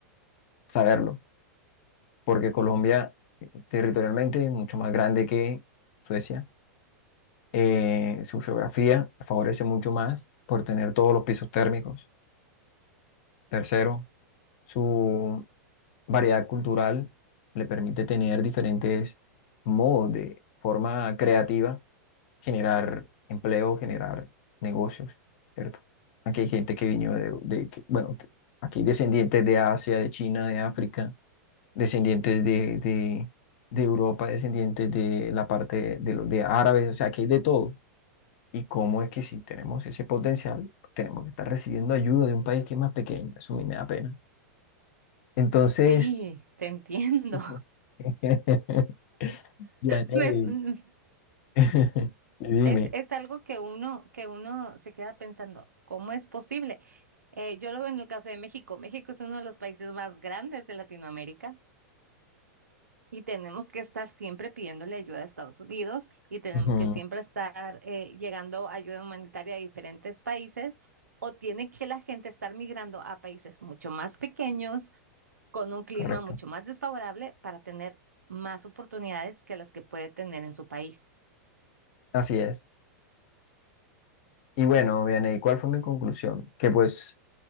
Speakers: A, on the left (about 50°); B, on the right (about 75°).
A: saberlo, porque Colombia territorialmente es mucho más grande que Suecia. Eh, su geografía favorece mucho más por tener todos los pisos térmicos. Tercero, su variedad cultural le permite tener diferentes modos de forma creativa generar empleo, generar negocios, ¿cierto? Aquí hay gente que vino de, de que- bueno, que- aquí descendientes de Asia, de China, de África, descendientes de, de, de Europa, descendientes de la parte de, los de árabes, o sea, aquí hay de todo. ¿Y cómo es que si tenemos ese potencial, tenemos que estar recibiendo ayuda de un país que es más pequeño? Eso a mí me da pena. Entonces,
B: sí, te entiendo.
A: <laughs> Yanei,
B: <laughs> Me- mm,
A: <laughs> dime.
B: es, es algo que uno, que uno se queda pensando, ¿cómo es posible? Eh, yo lo veo en el caso de México. México es uno de los países más grandes de Latinoamérica y tenemos que estar siempre pidiéndole ayuda a Estados Unidos y tenemos
A: Ujú,
B: que siempre estar eh, llegando ayuda humanitaria a diferentes países o tiene que la gente estar migrando a países mucho más pequeños con un clima
A: Correcto.
B: mucho más desfavorable para tener más oportunidades que las que puede tener en su país.
A: Así es. Y bueno, Vianey, ¿cuál fue mi conclusión? Que pues,